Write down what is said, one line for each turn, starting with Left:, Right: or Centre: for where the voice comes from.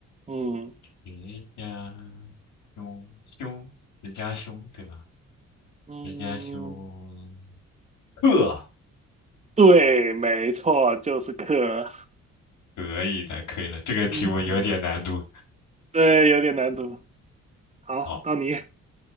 Right: 嗯。
Left: 十家兄兄，人家兄，对吧？
Right: 嗯，
Left: 人家兄，呵，
Right: 对，没错，就是克。
Left: 可以的，可以的，这个题目有点难度。
Right: 嗯，<laughs> 对，有点难度。好，
Left: 哦，
Right: 到你，